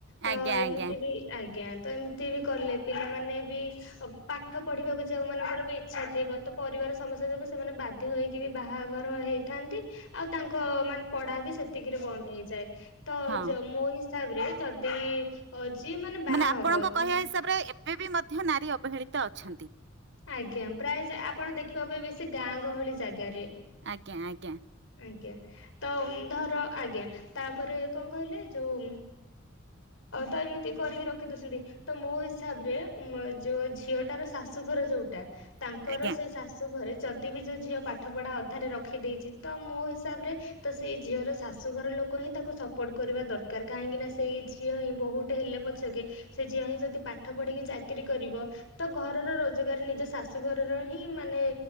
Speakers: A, on the left; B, on the right.
A: ତ
B: ଆଜ୍ଞା
A: ଏମିତି
B: ଆଜ୍ଞା
A: ବି ଆଜ୍ଞା ତ ଏମିତି ବି କଲେ ପିଲାମାନେ ବି ପା ପାଠ ପଢିବାକୁ ଯଉ ମାନଙ୍କର ବି ଇଚ୍ଛା ଥିବ ତ ପରିବାର ସମସ୍ୟା ଯୋଗୁଁ ସେମାନେ ବାଧ୍ୟ ହେଇକି ବି ବାହାଘର ହେଇଥାନ୍ତି ଆଉ ତାଙ୍କ ମାନେ ପଢା ବି ସେତିକିରେ ବନ୍ଦ ହେଇଯାଏ। ତ
B: ହଁ
A: ମୋ ହିସାବରେ ଯଦି ଅ ଯିଏ ବାହା
B: ମାନେ ଆପଣଙ୍କ
A: ହବ ତ
B: କହିବା ହିସାବରେ ଏବେ ବି ମଧ୍ୟ ନାରୀ ଅବହେଳି। ତ ଅଛନ୍ତି।
A: ଆଜ୍ଞା ପ୍ରାୟ ଆପଣ ଦେଖିବା ପାଇଁ ବେଶୀ ଗାଁ ଗହଳି ଜାଗାରେ।
B: ଆଜ୍ଞା। ଆଜ୍ଞା ଆଜ୍ଞା।
A: ଆଜ୍ଞା ତ ଧର ଆଜ୍ଞା ତାପରେ କଣ କହିଲେ ଯୋଉ ତ ଏମିତି କରିକି ରଖି ଦଉଛନ୍ତି ତ ମୋ ହିସାବରେ ଯୋଉ ଝିଅଟାର ଶାଶୁଘର ଯୋଉଟା। ତାଙ୍କର
B: ଆଜ୍ଞା
A: ସେଇ ଶାଶୁ ଘରେ। ଯଦି ବି ଯେଉଁ ଝିଅ ପାଠପଢ଼ା ଅଧାରେ ରଖିଦେଇଛି। ତ ମୋ ହିସାବରେ ତ ସେଇ ଝିଅର ଶାଶୁଘର ଲୋକ ହିଁ ତାକୁ ସପୋର୍ଟ କରିବା ଦରକାର କାହିଁକି ନା ସେଇ ଝିଅ ହିଁ ବହୁଟ ହେଲେ ପଛକେ ସେ ଝିଅ ହିଁ ଯଦି ପାଠ ପଢିକି ଚାକିରି କରିବ ତ ଘରର ରୋଜଗାର ନିଜ ଶାଶୁଘରର ହିଁ ମାନେ